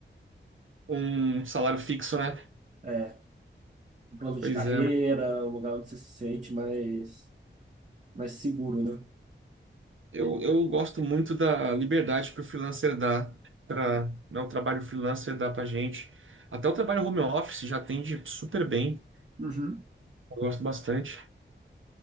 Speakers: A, on the right; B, on the right.
A: Um salário fixo, né?
B: É, um plano
A: Pois
B: de carreira,
A: é, mas
B: um lugar onde você se sente mais, mais seguro, né?
A: eu, eu gosto muito da liberdade que o freelancer dá para, né, o trabalho freelancer dá pra gente. Até o trabalho home office já atende super bem.
B: Uhum.
A: Eu gosto bastante.